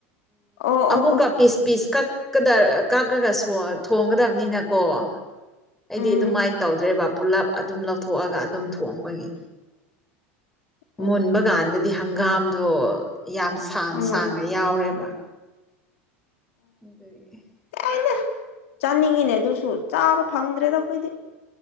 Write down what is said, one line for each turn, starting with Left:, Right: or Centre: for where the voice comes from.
Left: ꯑꯣ
Centre: ꯑꯃꯨꯛꯀ
Left: ꯑꯣ ꯑꯣ
Centre: ꯄꯤꯁ ꯄꯤꯁ ꯀꯛ ꯀꯛꯂꯒ ꯀꯛꯂꯒꯁꯨ ꯊꯣꯡꯒꯗꯕꯅꯤꯅꯀꯣ ꯑꯩꯗꯤ
Left: ꯎꯝ
Centre: ꯑꯗꯨꯃꯥꯏꯅ ꯇꯧꯗ꯭ꯔꯦ ꯕ ꯄꯨꯂꯞ ꯑꯗꯨꯝ ꯂꯧꯊꯣꯛꯑꯒ ꯑꯗꯨꯝ ꯊꯣꯡꯕꯒꯤ
Left: ꯎꯝ
Centre: ꯃꯨꯟꯕ ꯀꯥꯟꯗꯗꯤ ꯍꯪꯒꯥꯝꯗꯣ ꯌꯥꯝ ꯁꯥꯡ
Left: ꯎꯝ
Centre: ꯁꯥꯡꯅ ꯌꯥꯎꯔꯦꯕ <unintelligible>
Left: ꯌꯥꯏꯅ ꯆꯥꯅꯤꯡꯉꯤꯅꯦ ꯑꯗꯨꯁꯨ ꯆꯥꯕ ꯐꯪꯗ꯭ꯔꯦꯗ ꯑꯩꯈꯣꯏꯗꯤ